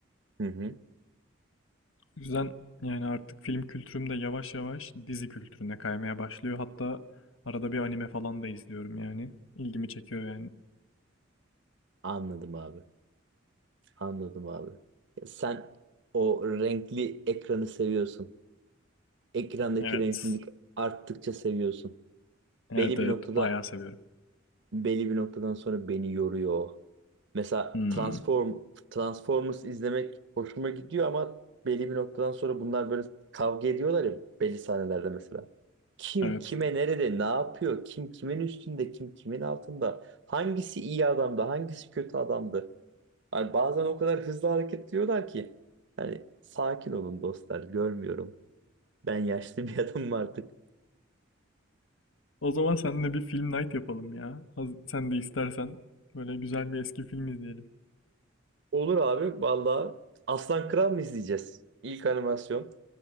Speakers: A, on the right; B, on the left.
A: Hı hı.
B: O yüzden yani artık film kültürüm de yavaş yavaş dizi kültürüne kaymaya başlıyor. Hatta arada bir anime falan da izliyorum yani. İlgimi çekiyor yani.
A: anladım abi. Anladım abi. Ya sen o renkli ekranı seviyorsun. Ekrandaki
B: Evet.
A: renklilik arttıkça seviyorsun.
B: Evet
A: Belli
B: evet
A: bir noktada
B: bayağı seviyorum.
A: belli bir noktadan sonra beni yoruyor. o. Mesela
B: Hmm,
A: Transform, Transformers izlemek hoşuma gidiyor ama belli bir noktadan sonra bunlar böyle kavga ediyorlar ya belli sahnelerde mesela. Kim
B: evet.
A: kime nerede ne yapıyor? Kim kimin üstünde? Kim kimin altında? Hangisi iyi adamdı? Hangisi kötü adamdı? yani bazen o kadar hızlı hareket ediyorlar ki hani sakin olun dostlar görmüyorum. Ben yaşlı bir <laughs> adamım artık.
B: O zaman seninle bir film night yapalım ya. Haz- Sen de istersen böyle güzel bir eski film izleyelim.
A: Olur abi valla Aslan Kral mı izleyeceğiz? İlk animasyon.